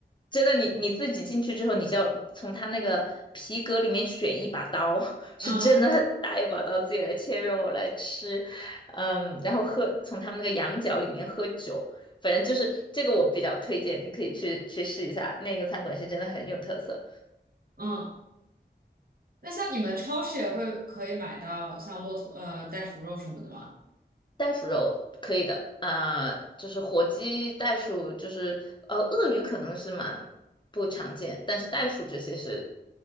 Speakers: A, on the left; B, on the right.
A: 真的你，你自己进去之后，你就要从他那个皮革里面选一把刀，<laughs> 是真的很大一把刀，
B: 嗯
A: 自己来切肉来吃，嗯，然后喝，从他们那个羊角里面喝酒，反正就是这个我比较推荐，你可以去去试一下，那个餐馆是真的很有特色。
B: 嗯那像你们超市也会可以买到像骆驼呃袋鼠肉什么的吗？
A: 袋鼠肉可以的啊、就是火鸡、袋鼠，就是呃，鳄鱼可能是蛮不常见，但是袋鼠这些是